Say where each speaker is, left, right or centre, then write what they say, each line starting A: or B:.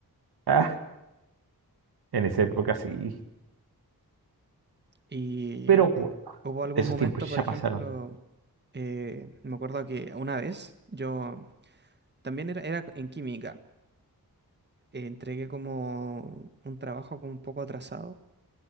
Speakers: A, on the right; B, on the right.
A: Ah, en esa época sí.
B: Y
A: Pero bueno,
B: hubo algún
A: esos
B: momento,
A: tiempos
B: por
A: ya
B: ejemplo,
A: pasaron.
B: Eh, me acuerdo que una vez yo también era, era en química, eh, entregué como un trabajo como un poco atrasado